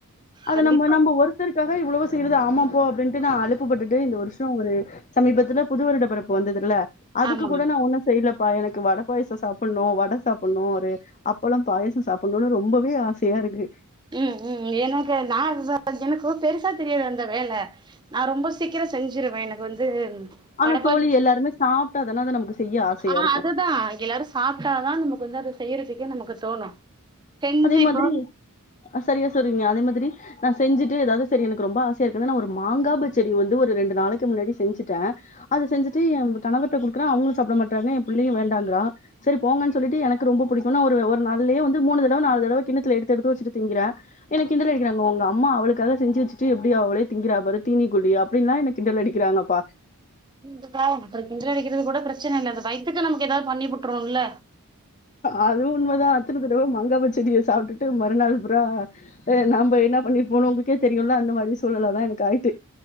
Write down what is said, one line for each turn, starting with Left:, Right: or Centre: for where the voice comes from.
Left: அத
Right: கண்டிப்பா
Left: நம்போ நம்ப ஒருத்தருக்காக இவ்வளவு செய்யறது ஆமா போ அப்டின்ட்டு நா அலுப்புப்பட்டுட்டே இந்த வருஷோ ஒரு சமீபத்துல புது வருட பிறப்பு வந்ததுல்ல அதுக்கு
Right: ஆமா
Left: கூட நா ஒன்னு செய்லப்பா எனக்கு வட பாயாசோ சாப்பட்ணு வட சாப்பட்ணு ஒரு அப்பெல்லாம் பாயசோ சாப்படணுனு ரொம்பவே ஆசையா இருக்கு
Right: ம் ம் எனக்கு நா <inaudible> எனக்கு பெருசா தெரியாது அந்த வேல நா ரொம்ப சீக்கரோ செஞ்சிருவே எனக்கு வந்து
Left: ஆனா
Right: வடப்பாயச
Left: தோழி எல்லாருமே சாப்ட்டாதானேதா நமக்கு செய்ய ஆசையா
Right: ஆ
Left: இருக்கு
Right: அதுதா எல்லாரு சாப்ட்டாதா நமக்கு வந்து அத செய்யறதுக்குன் நமக்கு தோணு செஞ்சு
Left: அதே மாதிரி
Right: இப்போ
Left: சரியா சொல்றீங்க அதே மாதிரி நா செஞ்சுட்டு எதாவ்து சரி எனக்கு ரொம்ப ஆசையா இருக்குன்னு நா ஒரு மாங்கா பச்சடி வந்து ஒரு ரெண்டு நாளைக்கு முன்னாடி செஞ்சுட்டே அத செஞ்சுட்டு எ கணவர்ட்ட குடுக்குற அவங்களு சாப்ட மாட்டறாங்க எ பிள்ளையு வேண்டாங்கிறா செரி போங்கன் சொல்லிட்டு எனக்கு ரொம்ப புடிக்குனு அவரு ஒரு நாள்யே வந்து மூணு தர வ நாலு தடவ கிண்ணத்துல எடுத்து எடுத்து வச்சுட்டு திங்கிற என்ன கிண்டல் அடிக்கிறாங்க உங்க அம்மா அவளுக்காக செஞ்சி வச்சிட்டு எப்டி அவளே திங்கிறா பாரு தீனிக்குழ்ழி அப் அப்டின்னாலா என்ன கிண்டல் அடிக்கிறாங்கப்பா
Right: இந்துக்கா அப்றோ கிண்டல் அடிக்கிறதுக்கு கூட பிரச்சன இல்ல அது வைய்த்துக்கு நமக்கு ஏதாவது பண்ணி வுட்டுரோ இல்ல
Left: அதுவு உண்மதா அத்தன தடவ மங்கா பச்சடிய சாப்ட்டுட்டு மறுநாள் ப்ரா ஆ நம்ப எண்ணா பண்ணிட் போனு உங்களுக்கே தெரியுல்ல அந்த மாரி சூழ்நெல தா எனக்கு ஆயிட்டு